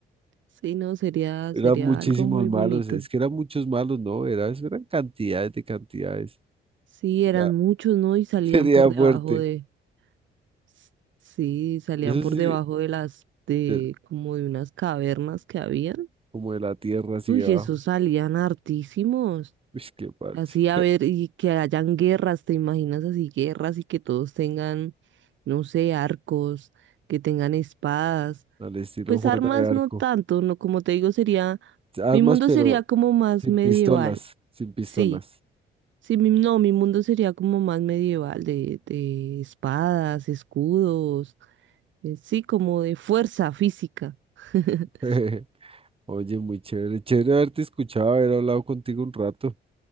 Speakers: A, on the right; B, on the right.
A: Sí, no, sería,
B: Eran
A: sería
B: muchísimos
A: algo muy
B: malos.
A: bonito.
B: Es que eran muchos malos, ¿no? Era, eso eran cantidades de cantidades.
A: Sí,
B: Era,
A: eran muchos, ¿no? Y salían
B: <laughs> sería
A: por debajo
B: fuerte.
A: de S- Sí, salían
B: Eso
A: por
B: sí,
A: debajo de las, de
B: de-
A: como de unas cavernas que habían.
B: como de la tierra así
A: Uy,
B: abajo.
A: esos salían hartísimos.
B: Uy, qué parche.
A: Así a ver, y que hayan guerras, ¿te imaginas así guerras y que todos tengan, no sé, arcos, que tengan espadas?
B: Al estilo
A: Pues
B: Juana
A: armas
B: de Arco.
A: no tanto, no, como te digo, sería,
B: Armas,
A: mi mundo
B: pero
A: sería como más
B: Sin
A: medieval.
B: pistolas, sin pistolas.
A: Sí, sí, mi, no, mi mundo sería como más medieval, de, de espadas, escudos eh, sí, como de fuerza física. <laughs>
B: <laughs> Oye, muy chévere. Chévere haberte escuchado, haber hablado contigo un rato.